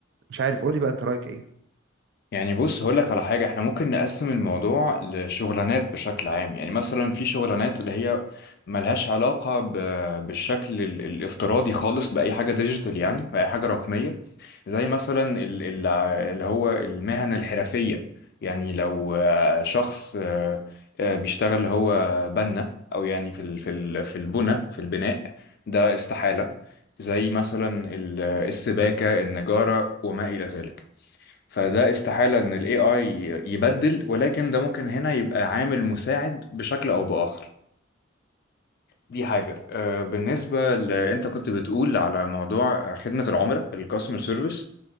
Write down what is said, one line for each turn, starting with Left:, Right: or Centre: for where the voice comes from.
Right: مش عارف قولي بقى انت رايك ايه
Left: يعني بص هقول لك على حاجة احنا ممكن نقسم الموضوع لشغلانات بشكل عام يعني مثلا في شغلانات اللي هي ملهاش علاقة ب- بالشكل ال- الافتراضي خالص بأي حاجة ديجيتال يعني بأي حاجة رقمية زي مثلا ال- ال- اللي هو المهن الحرفية يعني لو آه، شخص آه، آه، بيشتغل اللي هو بنا أو يعني في ال- في ال- في البنى في البناء ده استحالة زي مثلا ال- السباكة النجارة وما إلى ذلك فده استحالة ان ال AI يبدل ولكن ده ممكن هنا يبقى عامل مساعد بشكل او باخر دي حاجة آه، بالنسبة ل... انت كنت بتقول على موضوع خدمة العملاء الكاستمر سيرفيس